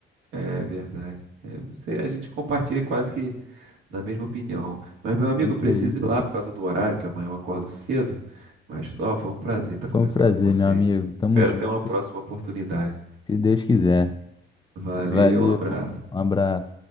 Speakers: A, on the right; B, on the left.
A: É verdade. É, você, a gente compartilha quase que. da mesma opinião. Mas, meu amigo,
B: Isso
A: eu preciso
B: aí.
A: ir lá por causa do horário, que amanhã eu acordo cedo. Mas, ó, foi um prazer estar
B: Foi
A: conversando
B: um prazer,
A: com você
B: meu amigo.
A: aí.
B: Tamo
A: Espero
B: junto,
A: ter uma próxima oportunidade.
B: se Deus quiser.
A: Valeu,
B: Valeu,
A: um abraço.
B: um abraço.